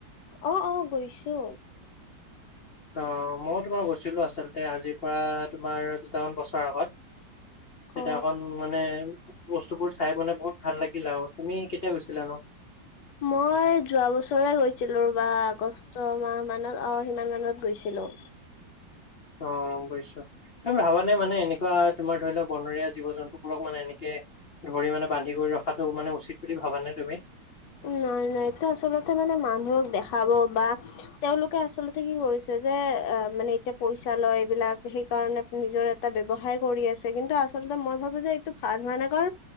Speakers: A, on the left; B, on the left.
A: অ', অ', গৈছো।
B: অ', মই তোমাৰ গৈছিলো আচলতে, আজিৰ পৰা তোমাৰ দুটামান বছৰ আগত। তেতিয়া
A: অ
B: অকণ মানে, বস্তুবোৰ চাই মানে বহুত ভাল লাগিল আৰু তুমি কেতিয়া গৈছিলা নোঁ?
A: মই যোৱা বছৰে গৈছিলো ৰবা, আগষ্ট ষ্ট মাহ মানত অ', সিমান মানত গৈছিলো।
B: অ', বুজিছো, তুমি ভাবা নাই মানে এনেকুৱা তোমাৰ ধৰিলক বনৰীয়া জীৱ-জন্তুবোৰক মানে এনেকে ধৰি মানে বান্ধি কৰি ৰখাটো, মানে উচিত বুলি ভাবানে তুমি?
A: নাই, নাই এইটো আচলতে মানে, মানুহক দেখাব বা তেওঁলোকে আচলতে কি কৰিছে, যে অ', মানে এতিয়া পইচা লয় এইবিলাক সেইকাৰণে। নিজৰ এটা ব্যৱসায় কৰি আছে, কিন্তু আচলতে মই ভাবো যে এইটো ভাল হোৱা নাই কাৰণ